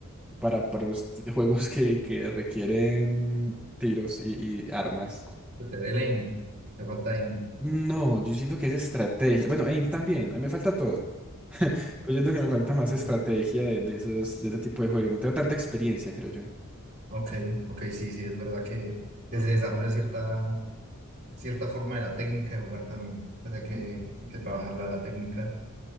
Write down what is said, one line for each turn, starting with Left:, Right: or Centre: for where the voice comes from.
Centre: para, para los t- juegos que, que requieren tiros y, y armas.
Right: Yo te ve lane. Te falta aim.
Centre: No, yo siento que es estrategia. Bueno, aim también, a mí me falta todo. <laughs> Pues yo siento que me
Right: un
Centre: falta
Right: poquito
Centre: más
Right: de
Centre: estrategia
Right: plan.
Centre: de, de esos, de ese tipo de juegos. No tengo tanta experiencia, creo yo.
Right: Ok, ok, sí, sí, es verdad que, que se desarrolla cierta, cierta forma de la técnica de jugar también. Pues hay que,
Centre: Ujú.
Right: hay que trabajarla la técnica.